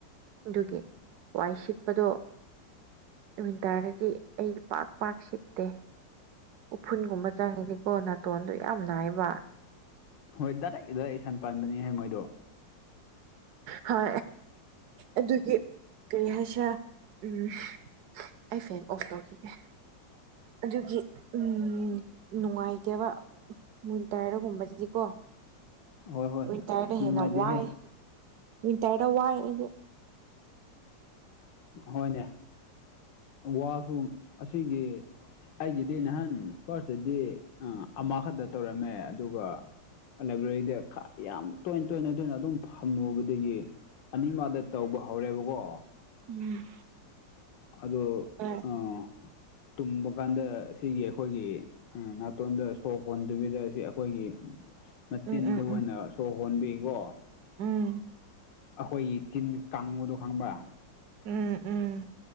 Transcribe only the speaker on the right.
ꯑꯗꯨꯒꯤ ꯋꯥꯏ ꯁꯤꯠꯄꯗꯣ ꯟꯇꯥꯔꯒꯗꯤ ꯑꯩ ꯄꯥꯛ ꯄꯥꯛ ꯁꯤꯞꯠꯇꯦ ꯎꯐꯨꯟꯒꯨꯝꯕ ꯆꯪꯉꯅꯤꯀꯣ ꯅꯥꯇꯣꯟꯗꯣ ꯌꯥꯝ ꯅꯥꯏꯕ
ꯍ ꯑꯗꯨꯒꯤ ꯀꯔꯤ ꯍꯥꯏꯁꯦ ꯎꯝ ꯑꯩ ꯐꯦꯟ ꯑꯣꯐ ꯇꯧꯈꯤꯒꯦ ꯑꯗꯨꯒꯤ ꯎ ꯅꯨꯡꯉꯥꯏꯇꯕ ꯃꯣꯏꯟ ꯇꯥꯏꯔꯒꯨꯝꯕꯗꯗꯤꯀꯣ
ꯋꯤꯟꯇꯔꯗ
ꯍꯦꯟꯅ ꯋꯥꯏ ꯋꯤꯟꯇꯔꯗ ꯋꯥꯏ ꯑꯩꯗꯤ
ꯎꯝ
ꯎꯥ
ꯎꯝ ꯎꯝ
ꯎꯝ
ꯎꯝ ꯎꯝ